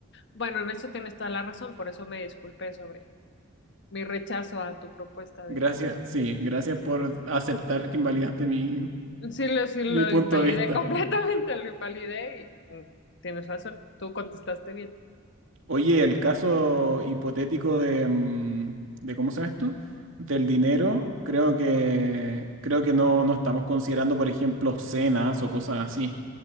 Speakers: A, on the left; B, on the right.
A: Bueno, en eso tienes toda la razón, por eso me disculpé sobre mi rechazo a tu propuesta
B: Gracias,
A: de...
B: sí, gracias por aceptar que invalidaste mi,
A: Sí, lo, sí, lo
B: mi punto
A: invalidé
B: de vista.
A: <laughs> completamente, lo invalidé y mm, tienes razón, tú contestaste bien.
B: Oye, el caso hipotético de, mm, de ¿cómo se llama esto? Del dinero, creo que, creo que no, no estamos considerando, por ejemplo, cenas o cosas así.